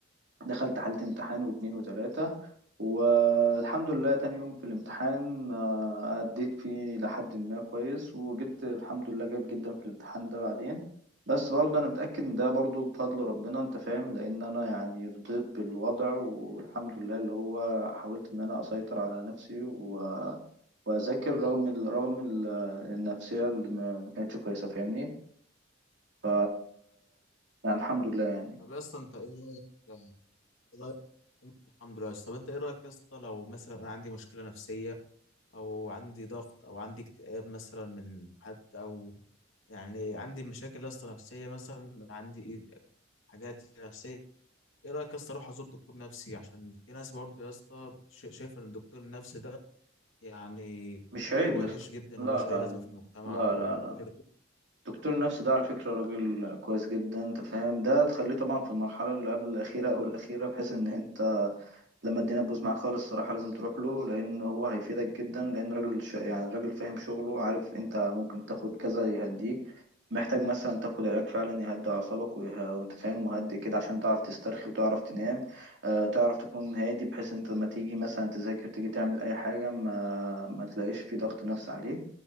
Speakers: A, on the right (about 60°); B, on the left (about 85°).
A: دخلت حالة امتحان واتنين وتلاتة والحمد لله تاني يوم في الامتحان آه، أديت فيه لحد ما كويس وجبت الحمد لله جيد جدا في الامتحان ده بعدين بس برضه أنا متأكد إن ده برضه بفضل ربنا أنت فاهم لأن أنا يعني رضيت بالوضع والحمد لله اللي هو حاولت إن أنا أسيطر على نفسي و... وأذاكر رغم ال... رغم ال... النفسية اللي ما ما كانتش كويسة فاهمني ف يعني الحمد لله يعني
B: طب يا اسطى انت ايه رايك يعني ايه رايك انت الحمد لله يا اسطى طب انت ايه رايك يا اسطى لو مثلا انا عندي مشكله نفسيه او عندي ضغط او عندي اكتئاب مثلا من حد او يعني عندي مشاكل يا اسطى نفسيه مثلا عندي إيه حاجات نفسيه ايه رايك يا اسطى اروح ازور دكتور نفسي عشان في ناس برضه يا اسطى شا- شايفه ان الدكتور النفسي ده يعني
A: مش
B: دكتور
A: عيب
B: وحش
A: يا اسطى
B: جدا
A: لا
B: ومش
A: لا
B: اي لازمه في المجتمع
A: لا
B: او
A: لا لا
B: اللي بتقول
A: دكتور النفس ده على فكرة راجل كويس جدا انت فاهم ده تخليه طبعا في المرحلة اللي قبل الأخيرة أو الأخيرة بحيث إن انت لما الدنيا تبوظ معاك خالص الصراحة لازم تروح له لأن هو هيفيدك جدا لأن راجل ش... يعني راجل فاهم شغله عارف انت ممكن تاخد كذا يهديك محتاج مثلا تاخد علاج فعلا يهدي أعصابك ويه... وانت فاهم مهدي كده عشان تعرف تسترخي وتعرف تنام آه تعرف تكون هادي بحيث انت لما تيجي مثلا تذاكر تيجي تعمل أي حاجة ما ما تلاقيش في ضغط نفسي عليك